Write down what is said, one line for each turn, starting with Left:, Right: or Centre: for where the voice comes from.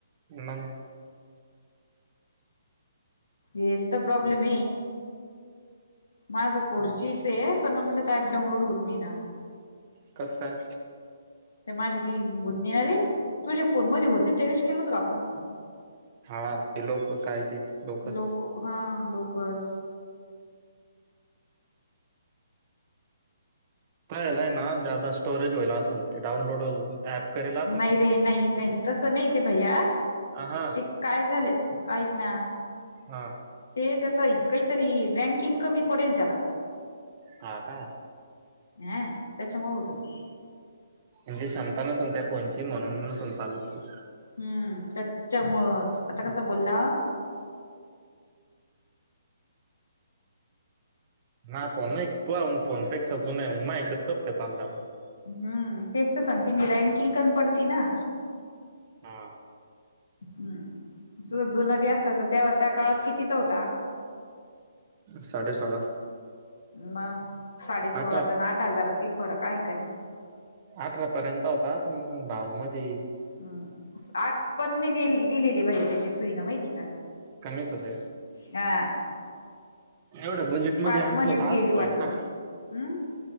Right: मग
Left: येचत प्रॉब्लेम माझं फोर जीच आहे पण मग त्याच्यात ऍप डाउनलोड होत नाही ना
Right: का का
Left: ते माझ्या होत नणार रे तुझ्या फोन मध्ये होतील त्या दिवशी केलं नत का आपण
Right: हा ते लोक काय ते लोकच
Left: लोक हा लोकस
Right: कायलाय ना ज्यादा स्टोरेज वईला असं ते डउनलोड हो ऍप करेला
Left: नाही रे नाही नाही तसं नाही ते भैया
Right: अ हा
Left: ते काय झालं ऐक ना
Right: हा
Left: ते त्याच काहीतरी रँकिंग कमी पडेल त्याला
Right: हा का
Left: हा त्याच्यामुळे होत ती
Right: म्हणजे शांत नसेल त्या फोनची म्हणूंन नसेल चालत ती
Left: हम्म त्याच्यामुळंच आता कसा बोलला.
Right: <unintelligible>
Left: हम्म तेच तर सांगते मी रँकिंग कमी पडती ना
Right: हा
Left: हम् तुझं जुन बी असलं तर त्या त्या काळात कितीचा होता
Right: साडे सोळा
Left: मग साडे सोळाात
Right: अठरा
Left: आणि आठ हजारात काही फरक आहे का नाही
Right: अठरा पर्यंत होता पण गावा मधी.
Left: हम् आठ पणणे दि दिलेली भाैया त्याची सुई ना माहिती का.
Right: कामी ते
Left: हा
Right: एवढं बजेट
Left: पाच
Right: मध्ये आणलं
Left: मध्येच
Right: तर
Left: गेली
Right: असच
Left: वाटत
Right: होईल ना
Left: तू हम्